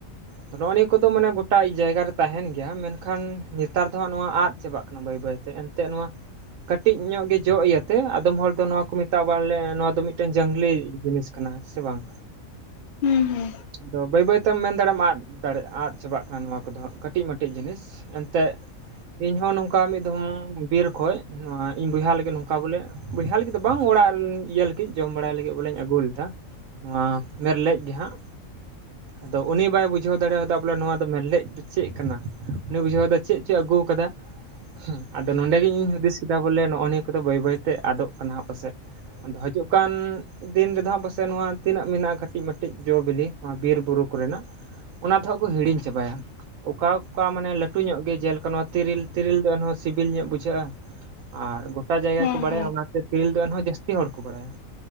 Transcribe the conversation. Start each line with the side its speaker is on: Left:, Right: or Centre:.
Right: ᱛᱚ ᱱᱚᱜᱼᱚ ᱱᱤᱭᱟᱹ ᱠᱚᱫᱚ ᱢᱟᱱᱮ ᱜᱚ ᱴᱟ ᱡᱟᱭᱜᱟ ᱨᱮ ᱛᱟᱦᱮᱱ ᱜᱮᱭᱟ ᱢᱮᱱᱠᱷᱟᱱ ᱱᱮᱛᱟᱨ ᱫᱚ ᱦᱟᱸᱜ ᱱᱚᱣᱟ ᱟᱫ ᱪᱟᱵᱟᱜ ᱠᱟᱱᱟ ᱵᱟᱹᱭ ᱵᱟᱹᱭ ᱛᱮ ᱮᱱᱛᱮᱜ ᱱᱚᱣᱟ ᱠᱟᱹᱴᱤᱡ ᱧᱚᱜ ᱜᱮ ᱡᱚᱜ ᱤᱭᱟᱹᱛᱮ ᱟᱫᱚᱢ ᱦᱚᱲ ᱫᱚ ᱱᱚᱣᱟ ᱠᱚ ᱢᱮᱛᱟᱜ-ᱟ ᱵᱚᱞᱮ ᱱᱚᱣᱟ ᱫᱚ ᱢᱤᱫᱴᱮᱱ ᱡᱟᱝᱞᱤ ᱡᱤᱱᱤᱥ ᱠᱟᱱᱟ ᱥᱮ ᱵᱟᱝ,
Left: ᱦᱩᱸ ᱦᱩᱸ
Right: ᱟᱫᱚ ᱵᱟᱹᱭ ᱵᱟᱹᱭ ᱛᱮᱢ ᱢᱮᱱ ᱫᱟᱲᱮᱢ ᱟᱫ ᱫᱟᱲᱮᱜ ᱟᱫ ᱪᱟᱵᱟᱜ ᱠᱟᱱᱟ ᱱᱚᱣᱟ ᱠᱚᱫᱚ ᱦᱟᱸᱜ ᱠᱟᱹᱴᱤᱡ ᱢᱟᱴᱤᱡ ᱡᱤᱱᱤᱥ ᱮᱱᱛᱮᱫ ᱤᱧᱦᱚᱸ ᱱᱚᱝᱠᱟ ᱢᱤᱫ ᱫᱷᱚᱢ ᱵᱤᱨ ᱠᱷᱚᱡ ᱱᱚᱣᱟ ᱤᱧ ᱵᱚᱭᱦᱟ ᱞᱟᱹᱜᱤᱫ ᱱᱚᱝᱠᱟ ᱵᱚᱞᱮ ᱵᱚᱭᱦᱟ ᱞᱟᱹᱜᱤᱫ ᱫᱚ ᱵᱟᱝ ᱚᱲᱟᱜ ᱤᱭᱟᱹ ᱞᱟᱹᱜᱤᱫ ᱡᱚᱢ ᱵᱟᱲᱟᱭ ᱞᱟᱹᱜᱤᱫ ᱵᱚᱞᱮᱧ ᱟᱹᱜᱩ ᱞᱮᱫᱟ᱾ ᱱᱚᱣᱟ ᱢᱮᱨᱞᱮᱡ ᱜᱮ ᱦᱟᱸᱜ, ᱟᱫᱚ ᱩᱱᱤ ᱵᱟᱭ ᱵᱩᱡᱷᱟᱹᱣ ᱫᱟᱲᱮᱣᱟᱫᱟ ᱵᱚᱞᱮ ᱱᱚᱣᱟ ᱫᱟ ᱢᱮᱨᱞᱮᱡ ᱫᱚ ᱪᱮᱫ ᱠᱟᱱᱟ, ᱩᱱᱤ ᱵᱩᱡᱷᱟᱹᱣᱫᱟ ᱪᱮᱫ ᱪᱚᱭ ᱟᱹᱜᱩ ᱠᱟᱫᱟ, ᱦᱩᱸ, ᱟᱫᱚ ᱱᱚᱸᱰᱮ ᱜᱤᱧ ᱦᱩᱫᱤᱥ ᱠᱮᱫᱟ ᱵᱚᱞᱮ ᱱᱚᱜᱼᱚ ᱱᱤᱭᱟᱹ ᱠᱚᱫᱚ ᱵᱟᱹᱭ ᱵᱟᱹᱭᱛᱮ ᱟᱫᱚᱜ ᱠᱟᱱᱟ ᱦᱟᱸᱜ ᱯᱟᱥᱮᱫ᱾ ᱟᱫᱚ ᱦᱟᱡᱩᱜ ᱠᱟᱱ ᱫᱤᱱ ᱨᱮᱫᱚ ᱦᱟᱸᱜ ᱯᱟᱥᱮ ᱱᱚᱣᱟ ᱛᱤᱱᱟᱹᱜ ᱢᱮᱱᱟᱜᱼᱟ ᱠᱟᱹᱴᱤᱡ ᱢᱟᱴᱤᱡ ᱡᱚ ᱵᱤᱞᱤ ᱱᱚᱣᱟ ᱵᱤᱨ ᱵᱩᱨᱩ ᱠᱚᱨᱮᱱᱟᱜ, ᱚᱱᱟ ᱫᱚ ᱦᱟᱸᱜ ᱠᱚ ᱦᱤᱲᱤᱧ ᱪᱟᱵᱟᱭᱟ᱾ ᱚᱠᱟ ᱚᱠᱟ ᱢᱟᱱᱮ ᱞᱟᱹᱴᱩ ᱧᱚᱜ ᱜᱮ ᱡᱮᱞᱮᱠᱟ ᱱᱚᱣᱟ ᱛᱮᱨᱤᱞ ᱛᱮᱨᱤᱞ ᱫᱚ ᱮᱱᱦᱚᱸ ᱥᱤᱵᱤᱞ ᱧᱚᱜ ᱵᱩᱡᱷᱟᱹᱜᱼᱟ᱾ <unintelligible> ᱜᱳᱴᱟ ᱡᱟᱭᱜᱟ
Left: ᱦᱮᱸ
Right: ᱠᱚ ᱵᱟᱲᱟᱭᱟ
Left: ᱦᱮᱸ
Right: ᱚᱱᱟᱛᱮ ᱛᱤᱨᱤᱞ ᱫᱚ ᱮᱱᱦᱚᱸ ᱡᱟᱹᱥᱛᱤ ᱦᱚᱲ ᱠᱚ ᱵᱟᱲᱟᱭᱟ